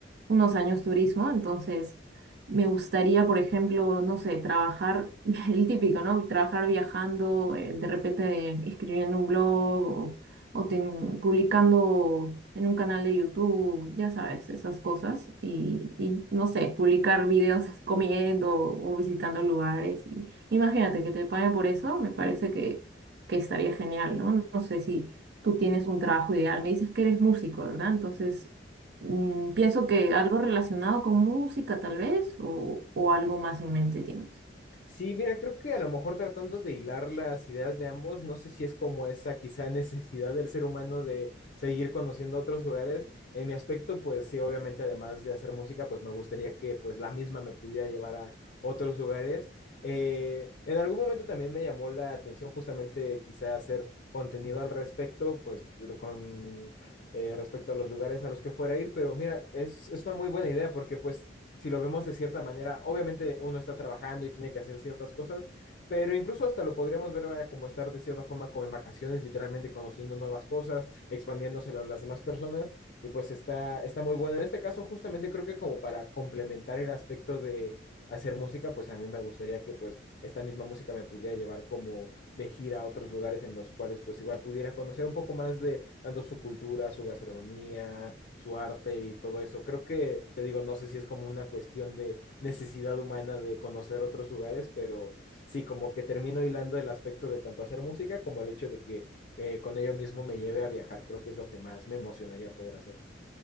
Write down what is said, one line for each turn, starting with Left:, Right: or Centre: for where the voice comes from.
Right: unos años turismo, entonces me gustaría, por ejemplo, no sé, trabajar, <laughs> el típico, ¿no? Trabajar viajando, eh, de repente escribiendo un blog o, o ten- publicando en un canal de YouTube, ya sabes, esas cosas, y, y, no sé, publicar videos <laughs> comiendo o visitando lugares. Y, imagínate que te paguen por eso, me parece que, que estaría genial, ¿no? No sé si tú tienes un trabajo ideal, me dices que eres músico, ¿verdad? Entonces... Mm, pienso que algo relacionado con música, tal vez, o, o algo más en mente tienes.
Left: Sí, mira, creo que a lo mejor tratando de hilar las ideas de ambos, no sé si es como esa quizá <laughs> necesidad del ser humano de seguir conociendo otros lugares. En mi aspecto, pues sí, obviamente además de hacer música, pues me gustaría que pues la misma me pudiera llevar a otros lugares. Eh, en algún momento también me llamó la atención justamente quizá hacer contenido al respecto, pues con eh, respecto a los lugares a los que fuera a ir, pero mira, es, es una muy buena idea porque pues si lo vemos de cierta manera, obviamente uno está trabajando y tiene que hacer ciertas cosas, pero incluso hasta lo podríamos ver vaya, como estar de cierta forma como en vacaciones, literalmente conociendo nuevas cosas, expandiéndoselo a las demás personas, y pues está, está muy bueno. En este caso, justamente creo que como para complementar el aspecto de hacer música, pues a mí me gustaría que pues esta misma música me pudiera llevar como de gira a otros lugares en los cuales pues igual pudiera conocer un poco más de tanto su cultura, su gastronomía, su arte y todo eso. Creo que, te digo, no sé si es como una cuestión de necesidad humana de conocer otros lugares, pero sí, como que termino hilando el aspecto de tanto hacer música como el hecho de que eh, con ello mismo me lleve a viajar. Creo que es lo que más me emocionaría poder hacer.